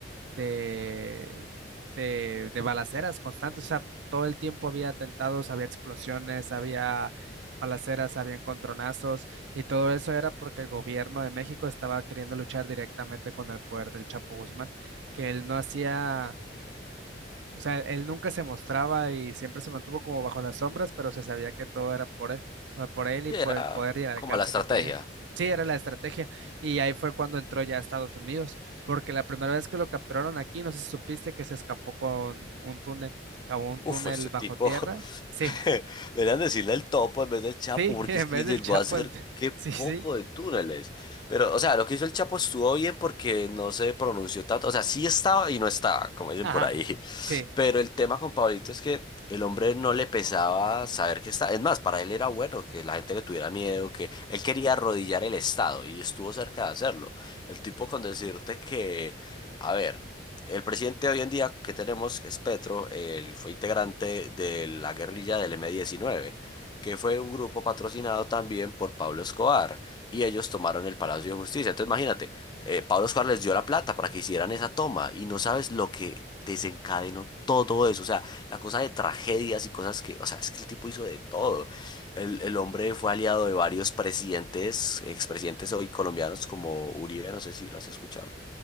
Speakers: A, on the right; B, on the left.
A: de, de, de balaceras constantes, o sea, todo el tiempo había atentados, había explosiones, había balaceras, había encontronazos, y todo eso era porque el gobierno de México estaba queriendo luchar directamente con el poder del Chapo Guzmán, que él no hacía o sea, él nunca se mostraba y siempre se mantuvo como bajo las sombras, pero se sabía que todo era por él, o por él
B: que
A: y por
B: era
A: el poder y el alcance
B: como la estrategia.
A: que tenía. Sí, era la estrategia. Y ahí fue cuando entró ya a Estados Unidos, porque la primera vez que lo capturaron aquí, no sé si supiste que se escapó con un túnel, cavó un
B: Uf,
A: túnel
B: ese
A: bajo
B: tipo,
A: tierra. Sí,
B: <laughs> deberían decirle el topo en vez del Chapo,
A: sí,
B: porque
A: <laughs> en
B: es que
A: vez
B: llegó
A: del Chapo,
B: a hacer
A: el t-
B: qué
A: <laughs>
B: poco
A: sí, sí,
B: de túneles. Pero, o sea, lo que hizo el Chapo estuvo bien porque no se pronunció tanto. O sea, sí estaba y no estaba, como dicen
A: ajá,
B: por ahí. <laughs>
A: sí,
B: Pero el tema con Pablito es que el hombre no le pesaba saber que está. Es más, para él era bueno que la gente le tuviera miedo, que él quería arrodillar el Estado y estuvo cerca de hacerlo. El tipo con decirte que, a ver. El presidente hoy en día que tenemos, que es Petro, él fue integrante de la guerrilla del m diecinueve, que fue un grupo patrocinado también por Pablo Escobar, y ellos tomaron el Palacio de Justicia. Entonces imagínate, eh, Pablo Escobar les dio la plata para que hicieran esa toma, y no sabes lo que desencadenó todo eso, o sea, la cosa de tragedias y cosas que, o sea, es que el tipo hizo de todo. El, el hombre fue aliado de varios presidentes, expresidentes hoy colombianos como Uribe, no sé si lo has escuchado.